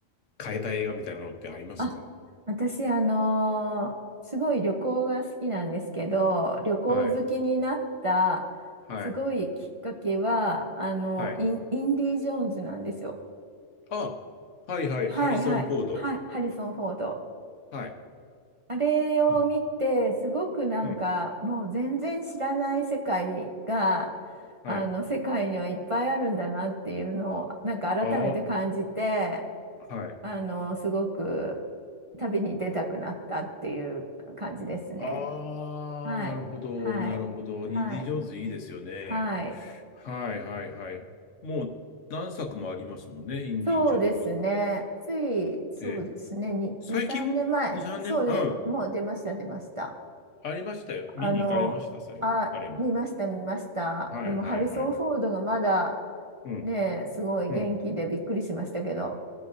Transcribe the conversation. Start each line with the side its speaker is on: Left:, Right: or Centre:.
Left: 変えた映画みたいなのってありますか
Right: あ、私、あのーすごい旅行が好きなんですけど、旅行好きになったすごいきっかけは、
Left: はい、はい、
Right: あの、
Left: はい。
Right: イン、インディ・ジョーンズなんですよ。
Left: あ、はいはい、
Right: はい、
Left: ハリソン・
Right: はい、
Left: フォード。
Right: はい、ハリソン・フォード。
Left: はい。
Right: あれを見て、
Left: うん、
Right: すごくなんか、
Left: うん、
Right: もう全然知らない世界が、
Left: はい。
Right: あの、世界にはいっぱいあるんだなっていうのを、なんか改めて感じて、
Left: ああ、はい。
Right: あの、すごく旅に出たくなったっていう感じですね。
Left: ああ、
Right: はい。
Left: なるほど、
Right: はい。
Left: なるほど。
Right: はい。
Left: インディ・ジョーンズいいですよね。
Right: はい。
Left: はいはいはい。もう何作もありますもんね、インディ・
Right: そうですね。
Left: ジョーンズっ
Right: つい、そうですね。
Left: て。
Right: 2、
Left: 最近、
Right: 2、3年前。
Left: 2、3年、
Right: そうね。
Left: うん、
Right: もう出ました、出ました。
Left: ありましたよ。見に行かれました、
Right: あの、
Left: 最後。
Right: あ、
Left: あれも。
Right: 見ました、見ました。
Left: はいはいはい。
Right: でも、ハリソン・フォードがまだ、
Left: うん、
Right: ね、すごい元気でびっくりしましたけど。
Left: うん。